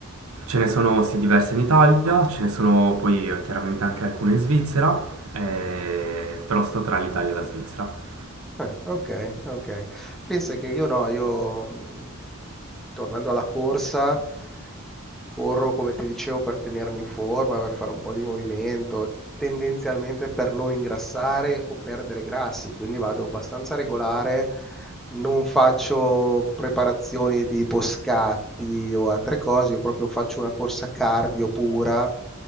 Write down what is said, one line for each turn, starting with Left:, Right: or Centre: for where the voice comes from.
Right: Ce ne sono sì diverse in Italia, ce ne sono poi eh, chiaramente anche alcune in Svizzera, eh, però sto tra l'Italia e la Svizzera.
Centre: Ah, okay, okay. Pensa che io no, io, mhmm, tornando alla corsa, corro come ti dicevo per tenermi in forma, per fare un po' di movimento, tendenzialmente per non ingrassare o perdere grassi, quindi vado abbastanza regolare non faccio preparazioni tipo scatti o altre cose, io proprio faccio una corsa cardio pura,